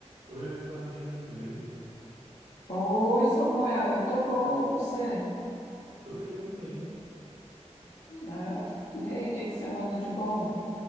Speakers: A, on the right; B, on the left.
A: Oi, oi, Flávia, tudo bem?
B: Oi, Samuel, eu tô bom, e você?
A: Tô bem também.
B: É? E aí, o que que você manda de bom?